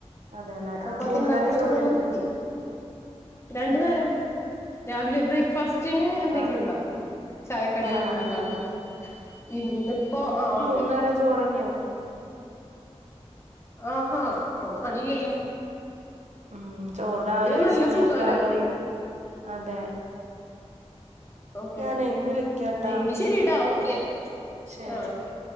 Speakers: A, on the right; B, on the left.
A: അതെല്ലെ
B: ചപ്പാത്തി
A: ആ മൂന്നു
B: ഉണ്ടാക്കലൊക്കെ
A: നേരം ചോറ്
B: ഞാൻ
A: കഴിക്കും
B: നിർത്തി രണ്ടു നേരം രാവിലെ ബ്രേക്ക്ഫാസ്റ്റ് റ്റിന് എന്തെങ്കിലും
A: ആ
B: ഉണ്ടാക്കും ചായക്കടി
A: പലഹാരം
B: എന്തെങ്കിലും ഉണ്ടാക്കും
A: എടുക്കൂല
B: ഇന്നിപ്പോ ആ അതെ
A: മൂന്ന് നേരം ചോറ്ന്നെയയാവും
B: ആ ഹ പണില്ലല്ലോ
A: ഉം ചോറ് രാവിലെ
B: പിന്നെ
A: വെച്ചങ്ങ
B: നല്ല സുഖാലോ
A: രാവിലെ അതെ
B: ഓക്കെ
A: ഞാനേ
B: ഓക്കെ
A: വിളിക്കാട്ടാ
B: എങ്കി ശരിട്ടാ ഓക്കെ
A: ശരി
B: ആ ഓക്കെ